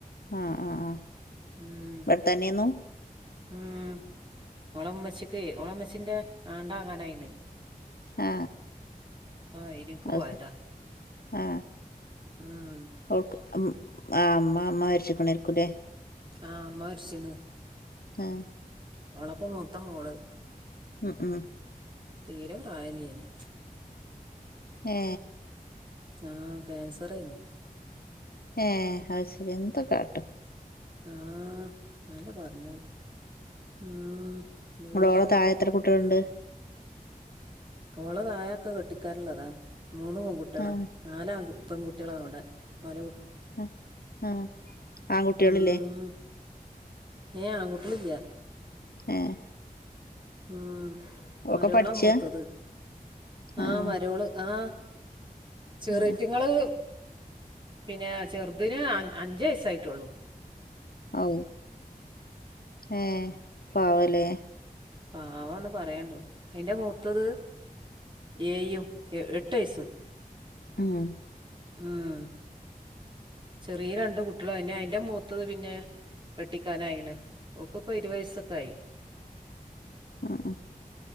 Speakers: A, on the left; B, on the right.
A: ആ ആ ആ
B: ഉം.
A: ഇവിടത്തന്നെയന്നു
B: ഉം ഓള മ്മച്ചിക്ക് ഓളമ്മച്ചിന്റെ ആണ്ട ആകാനായിന്
A: ആ
B: അയിലേക്ക്
A: അത്
B: പോയതാ
A: ആ
B: ഉം
A: ഓക്കെ ഉം ആ അമ്മ അമ്മ മാരിച്ചിക്കണെരിക്കുല്ലേ
B: ആഹ് അമ്മ ഒരുച്ചണ്
A: ആ
B: അവണപ്പ മൊത്തം മോള്
A: ഉ ഉ
B: തീരം റായാലിയനി
A: ഏ
B: ആ ക്യാൻസറ ആയിന്
A: ഹ അത് ശരി എന്ത് കാട്ടും
B: ആ ആല്ല പറഞ്ഞോ ആ ദൂറ്
A: മോളടെ താഴെ എത്ര കുട്ടികളണ്ട്
B: ഓള് താഴെയെക്കെ കെട്ടിക്കാനുള്ളതാ മൂന്ന് പെൺകുട്ടികളാ
A: ആഹ്
B: നാല് ആൺ പെൺകുട്ടികളാ അവിടെ ഓല
A: ഉം ആ ആൺകുട്ടികളില്ലേ
B: ഉം ഏ ആൺകുട്ടികളില്ല
A: ഏഹ്
B: അ
A: ഒക്കെ
B: മരുമോള
A: പഠിച്ചാ
B: മൂത്തത് ആ
A: ആഹ്
B: മരുമോള് ആ ചെറിയറ്റങ്ങള്
A: ആഹ്
B: പിന്നെ ചെറുതിന് അൻ അഞ്ച് വയസായിട്ടുള്ളു
A: ഔ ഏ പാവലേ
B: പവാന്ന് പറയണ്ടോ അയിന്റെ മൂത്തത് ഏയും എ എട്ട് വയസ്സ്
A: ആണോ
B: ഉം ചെറിയ രണ്ട് കുട്ടികള് അയിൻ്റെ അയിന്റെ മുത്തത് പിന്നെ കെട്ടിക്കനായിണ് ഓക്ക് ഇപ്പൊ ഇരുപത് വയസൊക്കെ ആയി
A: മുമ്മ്